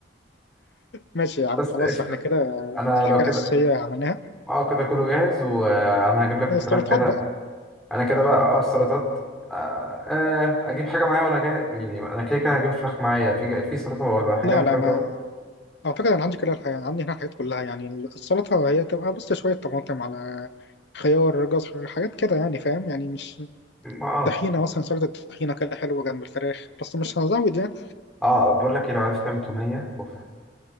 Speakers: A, on the left; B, in the centre.
A: ماشي
B: <laughs>
A: يا عم
B: بس
A: خلاص
B: قشطة
A: احنا كده
B: أنا
A: الحاجه
B: لو كده
A: الاساسيه عملناها
B: اه كده كله جاهز وانا هجيب لك
A: السلطات
B: الفراخ كده
A: بقى
B: انا كده بقى اه السلطات آه آه، اجيب حاجه معايا وانا جاهز يعني انا كده كده هجيب فراخ معايا في في سلطه ولا حاجه
A: لا
B: ممكن
A: لا
B: اجرب
A: ما اعتقد انا عندي كده الحاجة. عندي هنا الحاجات كلها يعني السلطه هي تبقى بس شويه طماطم على خيار جزر حاجات كده يعني فاهم يعني مش
B: ما اه
A: طحينه مثلا سلطه طحينه كده حلوه جنب الفراخ بس مش هنزود يعني
B: اه بقول لك ايه لو عرفت تعمل توميه اوف